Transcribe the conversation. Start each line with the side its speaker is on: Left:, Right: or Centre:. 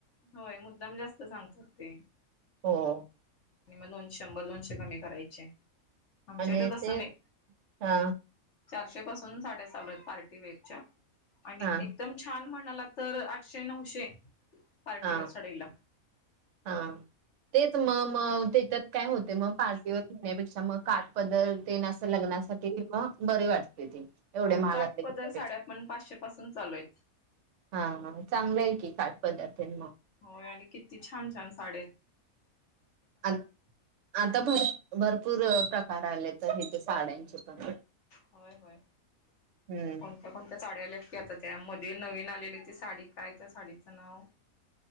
Left: होय मुद्दाम जास्त सांगतात ते
Right: ह
Left: आणि मग दोनशे शंभर दोनशे कमी करायचे आमच्या
Right: आणि
Left: इथ असं
Right: ते
Left: नाही
Right: हा
Left: चारशे पासून साडे्या चालू आहेत पार्टीवेरच्या आणि
Right: हा
Left: एकदम छान म्हण ला तर आठशे नऊशे पार्टीवेअर
Right: हा
Left: साडीला
Right: हा तेच मम त्याच्यात काय होते मग पार्टीवर घेण्यापेक्षा मग काठ पद्ल देण्या असं लग्नासाठी मग बरे वाटते एवढ्या
Left: होय
Right: महागातले
Left: काठपदर
Right: घेण्यापेक्षा
Left: साड्या पण पाचशे पासून चालू आहेत
Right: हा चांगलं आहे की का पदत त्यां
Left: होय आणि किती छान छान साड
Right: आ आता भर भरपूर प्र आले तर हेथे साड्यांचे पण
Left: होय होय
Right: हम्म
Left: कोणत्या कोणत्या साचाड्याले ी आता त्या मध्ये नवीन आलेली ती साडी काय त्या साडीचं नाव